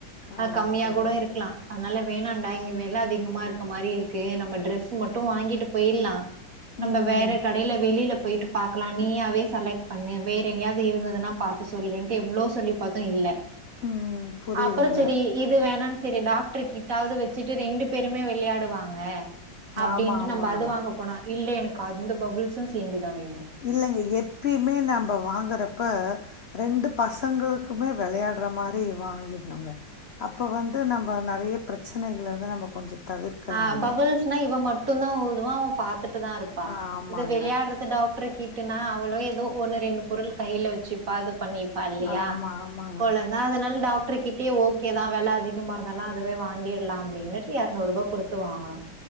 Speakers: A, on the left; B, on the right.
A: ஆ
B: அது கம்மியா
A: செரி
B: கூட இருக்கலா அதனால வேணாடா இங்க வெல அதிகமா இருக்க மாரி இருக்கு நம்ப டிரெஸ்ஸு மட்டு வாங்கிட்டு பெயிட்லா நம்ப
A: ம்
B: வேற கடைல வெளியில பொய்ட்டு பாக்கலா நீயாவே செலக்ட் பண்ணு வேற எங்கயாது இருந்துதுனா பாத்து சொல்லுன்டு எவ்ளோ சொல்லி பாத்தோ இல்ல
A: ம் புரியுதுங்க
B: அப்றோ செரி இது வேணா சேரி டாக் டர்கிட்டாவது வச்சிட்டு ரெண்டு பேருமே வெளையாடுவாங்க அப்டின்ட்டு
A: ஆமா ஆமாங்க
B: நம்ப அது வாங்க போனா இல்ல எனக்கு அந்த பபுள்ஸு சேந்துதா வேனு
A: இல்லைங்க எப்பயுமே நம்ப வாங்குறப்ப ரெண்டு பசங்களுக்குமே வெளையாடுற மாரி வாங்கிடணுங்க அப்போ வந்து நம்ம நெறைய பிரச்சனைகள வந்து நம்ம கொஞ்சோ தவிர்க்கலாங்க
B: அ பபுள்ஸ்னா இவ மட்டும்தா ஊதுவா அவ பாத்துட்டு தா இருப் பா
A: ஆமாங்க
B: இது விளையாடுறது டாக்ட்ரு கிட் னா அவளு ஏதோ ஒன்னு ரெண்டு பொருள் கையில வச்சுப்பா இது பண்ணி ப்பா இல்லையா
A: ஆமா ஆமாங்க
B: கொழந்தா அதனால டாக்ட்ரு கிட் ட்டே ஓகேதா வெல அதிகமா இருந்தாலு அதுவே வாங்கிற்லா அப்டின்னுட்டு எறநூர்பா குடுத்து வாங்குனோ